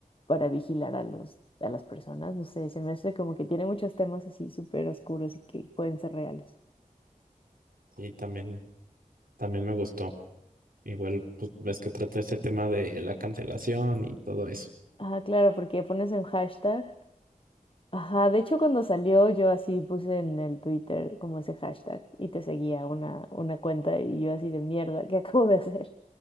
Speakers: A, on the left; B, on the right.
A: para vigilar a los, a las personas. No sé, se me hace como que tiene muchos temas así súper oscuros y que pueden ser reales.
B: y también, también me gustó. Igual, pues ves que trata este tema de la cancelación y todo eso.
A: ah claro, porque pones un hashtag. Ajá, de hecho cuando salió yo así puse en el Twitter como ese hashtag y te seguía una, una cuenta y yo así de mierda, ¿qué <laughs> acabo de hacer?